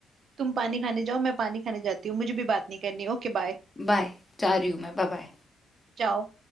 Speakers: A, on the right; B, on the left.
A: तुम पानी खाने जाओ मैं पानी खाने जाती हूँ मुझे भी बात नहीं करनी Okay bye
B: बाय जा रही हूँ मैं Bye bye
A: जाओ